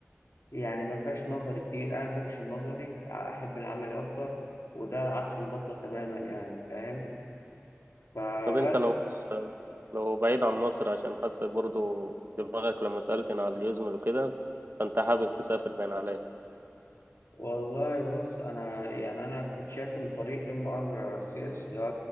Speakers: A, on the left (about 75°); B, on the right (about 50°).
A: يعني ما فيهاش نظري كتير أنا ما بحبش النظري أحب العملي أكتر وده عكس البطنة تماما يعني فاهم فبس
B: طب أنت لو لو بعيد عن مصر عشان حاسك برضو دماغك لما سألتني على اليوزمل وكده فأنت حابب تسافر باين عليك
A: والله بص انا يعني انا كنت شايف ان طريق ام ار سي اس اللي هو